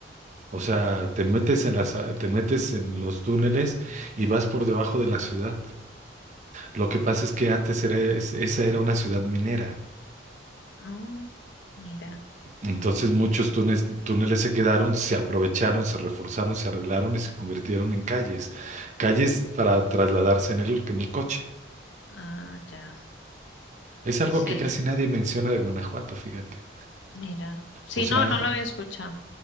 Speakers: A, on the right (about 40°); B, on the left (about 80°).
A: O sea, te metes en las, a- te metes en los túneles y vas por debajo de la ciudad. Lo que pasa es que antes era, es- esa era una ciudad minera.
B: ah, mira.
A: Entonces muchos túneles, túneles se quedaron, se aprovecharon, se reforzaron, se arreglaron y se convirtieron en calles. Calles para trasladarse en el, en el coche.
B: Ah, ya.
A: Es algo
B: Sí,
A: que casi nadie menciona de Guanajuato, fíjate.
B: mira. Sí,
A: O sea,
B: no, no lo había escuchado.